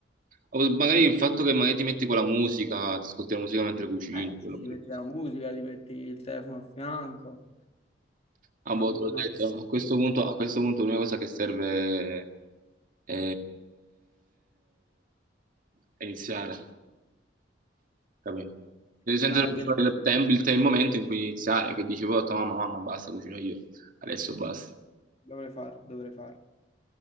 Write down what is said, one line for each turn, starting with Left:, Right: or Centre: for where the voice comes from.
Right: O magari il fatto che magari ti metti con la musica, ti ascolti la musica mentre cucini,
Left: Eh, sì,
Right: quello
Left: ti
Right: che-
Left: metti la musica, ti metti il telefono a fianco.
Right: Ah, boh,
Left: Ah, boh,
Right: te l'ho
Left: no,
Right: detto, a questo punto, a questo punto l'unica cosa che serve è, è iniziare, capito? Devi sentire
Left: dai,
Right: il,
Left: devo...
Right: tem- il, tem- il momento in cui iniziare, che dici, poi ho detto, mamma, mamma, basta, cucino io, adesso basta.
Left: dovrei farlo, dovrei farlo.